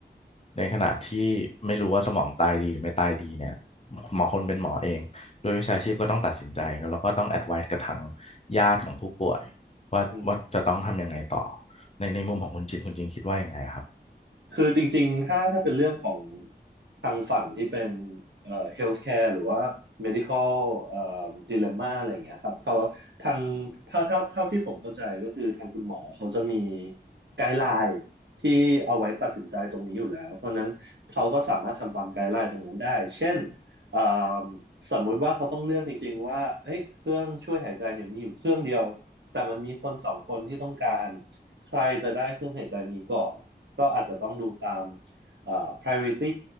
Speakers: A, on the left; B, on the right.
A: ในขณะที่ไม่รู้ว่าสมองตายดีหรือไม่ตายดีเนี่ย หมอคนเป็นหมอเองโดยวิชาชีพก็ต้องตัดสินใจเนอะแล้วก็ต้อง advice กับทางญาติของผู้ป่วยว่าว่าจะต้องทำยังไงต่อ
B: อืม
A: ในในมุมของคุณจินคุณจินคิดว่ายังไงครับ
B: คือจริงๆถ้าถ้าเป็นเรื่องของทางฝั่งที่เป็นเอ่อ healthcare หรือว่า medical เอ่อ dilemma อะไรอย่างเงี้ยครับเขาทางถ้าถ้าเท่าที่ผมเข้าใจก็คือทางคุณหมอเขาจะมีไกด์ไลน์ที่เอาไว้ตัดสินใจตรงนี้อยู่แล้วเพราะฉะนั้นเขาก็สามารถทำตามไกด์ไลน์ตรงนั้นได้เช่นเอ่อสมมุติว่าเขาต้องเลือกจริงๆว่าเอ้ยเครื่องช่วยหายใจเนี่ยมีอยู่เครื่องเดียวแต่มันมีคนสองคนที่ต้องการใครจะได้เครื่องหายใจนี้ก่อน ก็อาจจะต้องดูตามเอ่อ priority